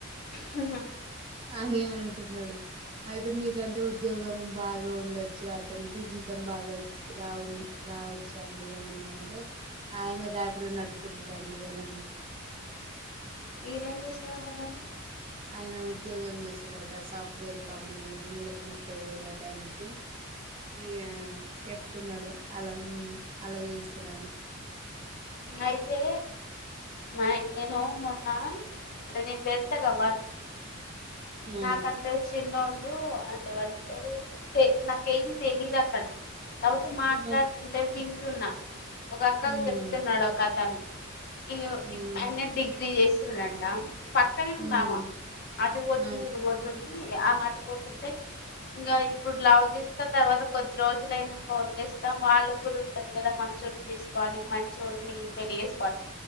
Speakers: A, on the left (about 50°); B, on the right (about 30°).
A: హా హా
B: అని అంటున్నాడు అయితే మీకంటే ఉద్యోగం బాగా ఉండొచ్చు అతనికి జీతం బాగ రావుండ్ రావచ్చు అండి అని నేనంటే ఆయన రాపిడో నడుపుకుంటాడండి అను
A: ఈయన ఏం చేస్తాడంట మళ్ళీ
B: ఆయన ఉద్యోగం చేస్తాడట సాఫ్ట్వేర్ కంపెనీలో నెలకు ముప్పై వేలు అట ఆయనకు ఇగా చెప్తున్నాడు అలా అలా చేస్తాడు అని
A: అయితే మాయ్ నేను మొన్నా అంటే నేను చేతగా వర్క్
B: ఆ
A: నాకంటే చినో లు అంటే వాళ్ళిద్దరు తే నాకేం తెలీదు అక్కడ కాపోతే మాట్లాడుతుంటే
B: ఆ
A: వింటున్నా ఒక అక్కకు
B: ఉమ్
A: చెప్తున్నాడు ఒక అతను ఇగో ఈ
B: ఏమని
A: ఆయన డిగ్రీ చేస్తుడంట పక్కనే ఉందామా
B: ఉమ్
A: అటిక్
B: ఆ
A: నీను పోతుంది ఆమే అటు పోతుంటే ఇంకా ఇప్పుడు లవ్ చేసినా తర్వాత కొద్ది రోజులయినాక వదిలేస్తాము వాళ్ళకు కూడా ఉంటాది కదా మ అర్థం చేసుకోవాలి చేసుకోవాలి మంచోడిని పెళ్లి చేసుకోవాలి